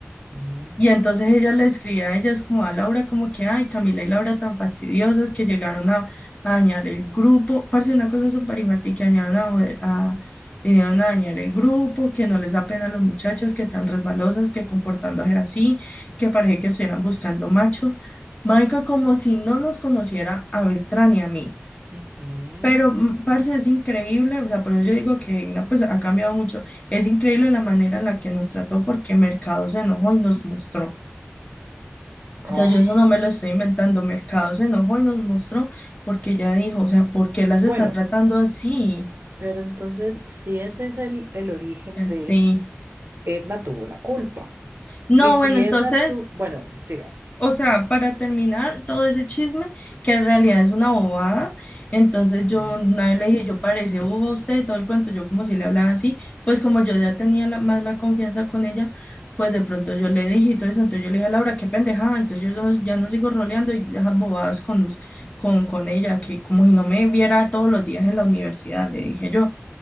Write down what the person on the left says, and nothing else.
Y entonces ella le escribía a ellas como a Laura, como que, ay, Camila y Laura tan fastidiosas que llegaron a, a dañar el grupo. Parce, una cosa súper infantil que dañaron a, a- vinieron a dañar el grupo, que no les da pena a los muchachos, que tan resbalosas, que comportándose así, que parece que estuvieran buscando macho. Marica, como si no nos conociera a Beltrán y a mí.
Pero, mm, parce, es increíble, o sea, por eso yo digo que no, pues ha cambiado mucho. Es increíble la manera en la que nos trató porque Mercado se enojó y nos mostró.
O sea, yo eso no me lo estoy inventando. Mercado se enojó y nos mostró porque ella dijo, o sea, ¿por qué las
está tratando así?
En
Sí.
No,
bueno,
entonces
O sea, para terminar todo ese chisme, que en realidad es una bobada, entonces yo
una vez le dije, yo parece boba usted, todo el cuento, yo como si le hablaba así, pues como yo ya tenía la- más la confianza con ella, pues de pronto yo le dije y todo eso, entonces yo le dije a Laura, qué pendejada, entonces yo ya no, ya no sigo roleando y esas bobadas con, con, con ella, que como si no me viera todos los días en la universidad, le dije yo.